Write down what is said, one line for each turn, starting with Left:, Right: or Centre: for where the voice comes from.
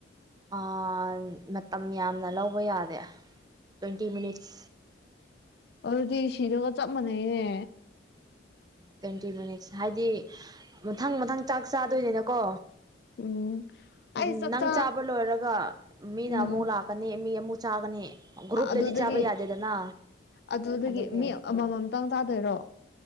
Right: ꯑꯥ ꯃꯇꯝ ꯌꯥꯝꯅ ꯂꯧꯕ ꯌꯥꯗꯦ ꯇ꯭ꯋꯦꯟꯇꯤ ꯃꯤꯅꯤꯠꯁ
Left: ꯑꯗꯨꯗꯤ ꯁꯤꯗꯧꯒ ꯆꯞ ꯃꯥꯟꯅꯩꯅꯦ
Right: ꯇ꯭ꯋꯦꯟꯇꯤ ꯃꯤꯅꯤꯠꯁ ꯍꯥꯏꯗꯤ ꯃꯊꯪ ꯃꯊꯪ ꯆꯥꯛ ꯆꯥꯗꯣꯏꯅꯤꯅꯀꯣ
Left: ꯎꯝ
Right: ꯎꯝ
Left: ꯑꯩ ꯆꯥꯛꯆꯥ
Right: ꯅꯪ ꯆꯥꯕ ꯂꯣꯏꯔꯒ ꯃꯤꯅ
Left: ꯎꯝ
Right: ꯑꯃꯨꯛ ꯂꯥꯛ ꯀꯅꯤ ꯃꯤ ꯑꯃꯨꯛ ꯆꯥꯒꯅꯤ ꯒ꯭ꯔꯨꯞꯇꯗꯤ
Left: ꯑꯗꯨꯗꯒꯤ
Right: ꯆꯥꯕ ꯌꯥꯗꯦꯗꯅ
Left: ꯑꯗꯨꯗꯒꯤ
Right: ꯑꯗꯨꯒꯤ
Left: ꯃꯤ ꯑꯃꯃꯝꯇꯪ ꯆꯥꯗꯣꯏꯔꯣ